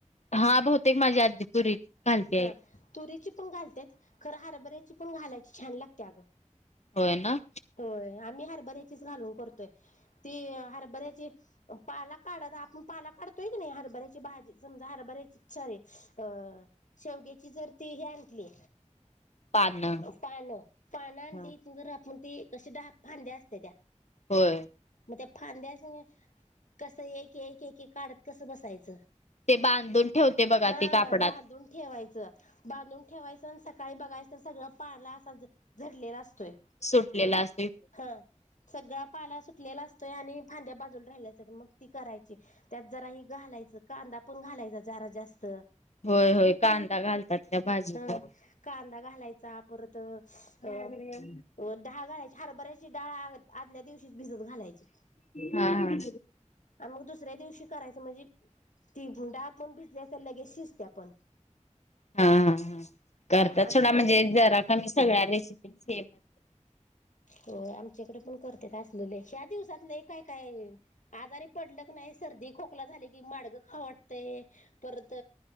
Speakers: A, on the left; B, on the left.
A: हा बहुतेक माझी आजी तुरीच घालते
B: हा
A: आहे.
B: तुरीची पण घालत खरं हरभऱ्याची पण घालायची छान लागते अगं
A: होय ना
B: होय आम्ही हरभऱ्याचीच घालून करतोय ती हरभऱ्याची पाला काढ आपण पाला काढतोयी नाही हरभऱ्याची भाजी समजा हरभऱ्या स शेवची जर ती ह आणली
A: पानं
B: पानं पानं आणलीर
A: हा.
B: आपण त क दहा फांद्या असते त्या
A: होय
B: मग त्या फांद्याच कसं एक एक एक एक काढत कसं बसायचं
A: ते बांधून ठेवते बघा
B: हा
A: ते कापडात
B: बांधून ठेवायचं बांधून ठेवायचं आणि सकाळी बघायचं तर सगळं पारला असा झडलेला असतोय
A: सुटलेला असे
B: हा सगळा पाळा सुटलेला असतो आणि फांद्या बाजूला राहिल्या असतात मग ती करायची त्यात जरा ही घालाय कांदा पण घालायचा जरा जास्त
A: होय होय कांदा घालतात त्या भाजीला
B: ह कांदा घालायचा परत अ
A: ह
B: डाळ घालायची हर बऱ्याचची डाळ आदल्या दिवशीच भिजत घालायची
A: हा हा.
B: आणि मग दुसऱ्या दिवशी करायचं म्हणजे ती डाळ पण भिजली असेल लगेच शिजत्या पण
A: हा हा हा करताात
B: असं
A: थोडा म्हणजे जरा कामीी सगळ्या रेसिपी सेम
B: होय पण कर अस ह दिवसातले काय काय आजारी पडल नाही सर्दी खोकला की मागं खा वाटतय परत